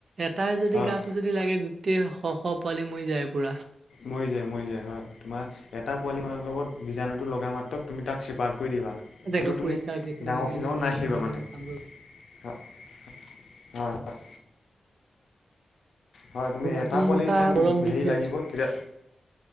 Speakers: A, on the right; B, on the left.
A: এটাই যদি
B: হয়
A: গাটো যদি লাগে গোটেই শ শ পোৱালি মৰি যায় পুৰা
B: মৰি যায়, মৰি যায়, হয় তোমাৰ এটা পোৱালি মানৰ লগত বীজাণুটো লগা মাত্ৰ তুমি তাক চিপাৰে্ট কৰি দিবা সেইটো
A: জেগাটো
B: তুমি
A: পৰিষ্কাৰ ৰাখিব
B: ডাঙৰখিনি
A: লাগে
B: লগ
A: মানে
B: নাই
A: বিভিন্ন
B: সেইবা
A: ধৰণৰ
B: মানে
A: কাম কৰিব
B: হয়। হয়, তুমি
A: আৰু
B: এটা
A: আজি এনেকুৱা
B: পোৱালি যেতিয়া
A: গৰম দিছে।
B: হেৰি লাগিব তেতিয়া